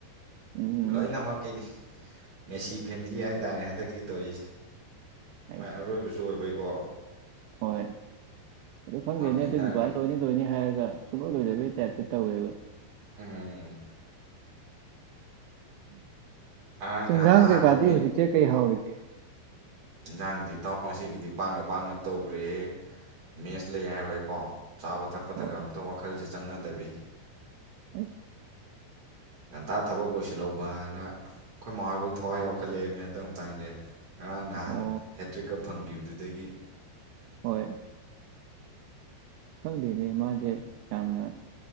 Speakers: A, on the right; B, on the right.
A: ꯎꯝ
B: ꯂꯣꯏꯅꯃꯛꯀꯤꯅꯤ ꯃꯦꯁꯤ ꯐꯦꯃꯤꯂꯤ ꯍꯥꯏꯇꯥꯔꯦ ꯍꯟꯗꯛꯀꯤ ꯇꯧꯏ
A: ꯑꯩꯁ
B: ꯃꯥꯏ ꯑꯔꯣꯏꯕꯁꯨ ꯑꯣꯏꯕꯩ <unintelligible>
A: ꯍꯣꯏ ꯑꯗꯨ ꯈꯪꯗꯦꯅꯦ
B: ꯂꯤꯠꯅꯔꯒꯅꯤ
A: ꯑꯗꯨꯏ ꯚꯕꯥ ꯂꯣꯏꯅꯤ ꯂꯣꯏꯅꯤ ꯍꯥꯏꯔꯒ ꯁꯨꯡꯂꯣꯏ ꯂꯣꯏꯗꯕꯒꯤ ꯇꯥꯏꯞꯇ ꯇꯧꯋꯦꯕ
B: ꯎꯝ ꯉꯔꯥꯡ
A: ꯆꯦꯟꯁꯥꯡ
B: ꯅꯍꯥꯟ ꯑꯍꯥꯟꯕ
A: ꯀꯩꯀꯥꯗꯤ ꯍꯧꯖꯤꯛꯁꯦ ꯀꯩ ꯍꯥꯎꯔꯤꯒꯦ
B: ꯏꯟꯁꯥꯡꯗꯤ ꯇꯥꯎ ꯉꯁꯤꯒꯤꯗꯤ ꯄꯥꯛꯅ ꯄꯥꯛꯅ ꯇꯧꯈ꯭ꯔꯦ ꯃꯦꯁ ꯂꯩ ꯍꯥꯏꯕꯩꯀꯣ ꯆꯥꯕ ꯊꯛꯄꯗꯒ
A: ꯍꯣꯏ
B: ꯑꯝꯇ ꯋꯥꯈꯜꯁꯦ ꯆꯪꯅꯗꯕꯤꯅꯤ
A: ꯑꯣꯏ
B: ꯉꯟꯇꯥ ꯊꯕꯛ ꯂꯣꯏꯁꯤꯜꯍꯧꯕ ꯍꯥꯏꯅ ꯑꯩꯈꯣꯏ ꯃꯃꯥꯕꯧ ꯊꯋꯥꯏ ꯌꯥꯎꯈꯠꯂꯛꯑꯕꯃꯦ ꯍꯟꯇꯪ ꯇꯥꯡꯖꯦ ꯉꯔꯥꯡ ꯅꯍꯥꯟ
A: ꯑꯣ
B: ꯍꯦꯇ꯭ꯔꯤꯛꯀ ꯐꯪꯈꯤꯕꯅꯤ ꯑꯗꯨꯗꯒꯤ
A: ꯍꯣꯏ ꯈꯪꯗꯦꯅꯦ ꯃꯥꯁꯦ ꯌꯥꯝꯅ